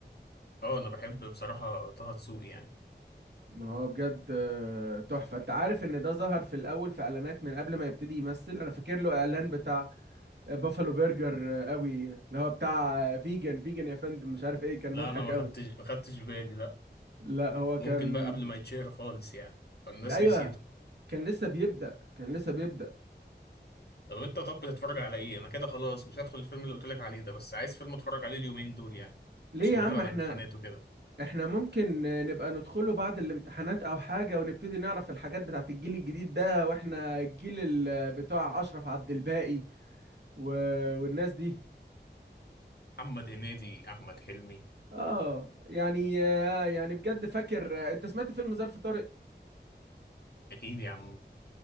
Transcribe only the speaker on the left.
اه انا بحب بصراحه طه دسوقي يعني
لا
انا ما
خدتش ما خدتش بالي لا
ممكن بقى قبل ما يتشهر خالص يعني فالناس
نسيته
طب انت طب بتتفرج على ايه انا كده خلاص مش هدخل الفيلم اللي قلت لك عليه ده بس عايز فيلم اتفرج عليه اليومين دول يعني
عشان
داخل على
امتحانات وكده
محمد هنيدي احمد حلمي
اكيد يا عم